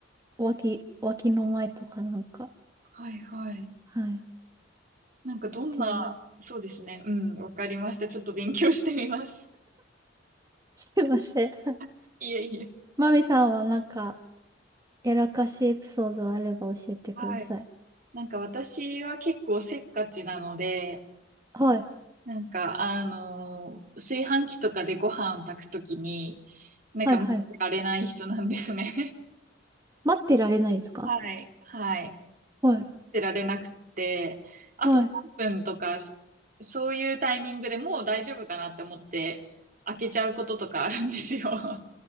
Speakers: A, on the right; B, on the right.
A: 脇、脇の前とかなんか。
B: <laughs> はいはい。
A: はい。っ
B: なんかどんな、
A: ていう
B: そうですね。うん、わかりました。ちょっと勉強してみます。
A: すいません。<laughs>
B: <laughs> いえいえ。
A: マミさんはなんか、やらかしエピソードあれば教えてください。
B: はい。なんか私は結構せっかちなので、
A: はい。
B: なんかあのー炊飯器とかでご飯を炊くときに、なんか待ってられない人なんですね。
A: はい、はい。
B: <laughs>
A: 待ってられないですか
B: はい。はい。待
A: はい。
B: ってられなくて、あと3分とか、
A: はい。
B: そそういうタイミングでもう大丈夫かなって思って、開けちゃうこととかあるんですよ。<laughs>